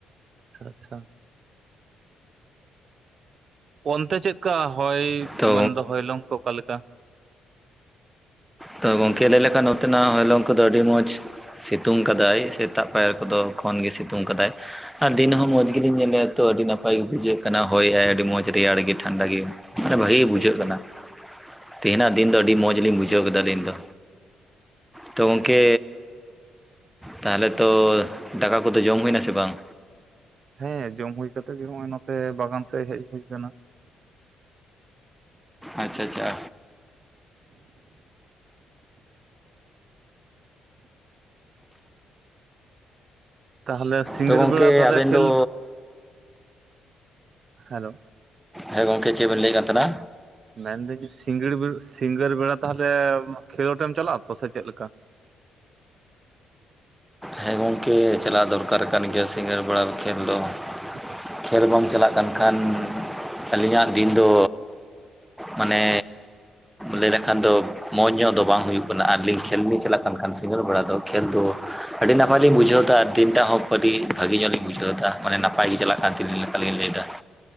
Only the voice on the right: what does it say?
ᱟᱪᱪᱷᱟ ᱟᱪᱪᱷᱟ᱾ ᱚᱱᱛᱮ ᱪᱮᱫ ᱞᱮᱠᱟ ᱦᱚᱭ,
ᱢᱟᱱ ᱫᱚ ᱦᱚᱭᱞᱚᱝ ᱠᱚ ᱚᱠᱟ ᱞᱮᱠᱟ?
ᱴᱷᱤᱠ
ᱴᱷᱤᱠ
ᱟᱪᱪᱷᱟ
ᱦᱮᱸ ᱡᱚᱢ ᱦᱩᱭ ᱠᱟᱛᱮᱜ ᱜᱮ ᱱᱚᱜ ᱚᱭ ᱱᱚᱛᱮ ᱵᱟᱜᱟᱱ ᱥᱮᱫ ᱦᱮᱡ ᱦᱩᱭ ᱟᱠᱟᱱᱟ ᱾
ᱛᱟᱦᱚᱞᱮ ᱥᱤᱝᱟ.
ᱲ
ᱵᱮᱞᱟ
ᱠᱷᱮᱞᱼᱼ
ᱦᱮᱞᱳᱼᱼ
ᱢᱮᱱᱫᱟᱹᱧ ᱥᱤᱸᱜᱟᱹᱲ ᱥᱤᱸᱜᱟᱹᱲ ᱵᱮᱲᱟ ᱛᱟᱦᱚᱞᱮᱻᱢ ᱠᱷᱮᱞᱳᱰᱮᱢ ᱪᱟᱞᱟᱜ-ᱟ ᱛᱚ ᱥᱮ ᱪᱮᱫ ᱞᱮᱠᱟ?
ᱟᱪᱪᱷᱟ ᱟᱪᱪᱷᱟ